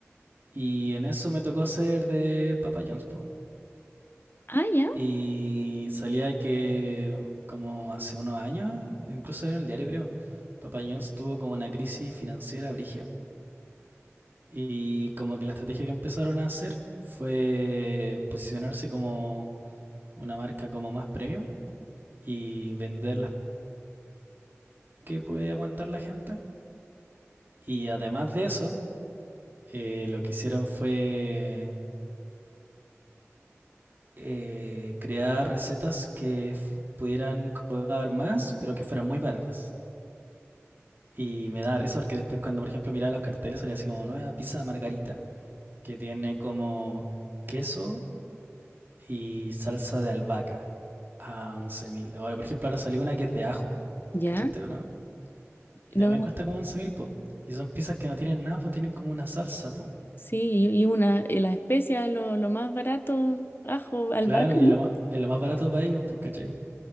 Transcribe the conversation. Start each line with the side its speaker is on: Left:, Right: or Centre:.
Right: y en eso me tocó ser de Papa John's, po.
Left: Ah, ya,
Right: Y salía que como hace unos años, incluso en el diario creo, Papa John's tuvo como una crisis financiera brígida. Y como que la estrategia que empezaron a hacer fue posicionarse como una marca como más premium y vender las que puede aguantar la gente. Y además de eso, eh, lo que hicieron fue eh, crear recetas que pudieran cobrar más, pero que fueran muy baratas. Y me da risa porque después cuando, por ejemplo, miraba los carteles salía así como nueva pizza margarita, que tiene como queso y salsa de albahaca a once mil Ahora, por ejemplo, ahora salió una que es de ajo.
Left: ya.
Right: ¿Cachaste o no? Y
Left: No,
Right: también
Left: no,
Right: cuesta como 11.000 po. Y son pizzas que no tienen nada, po, tienen como una salsa, po.
Left: sí, y y una, y las especias, lo, lo más barato, ajo, albahaca.
Right: Claro, y
Left: <laughs>
Right: es lo más, es lo más barato para ellos, pues, ¿cachai?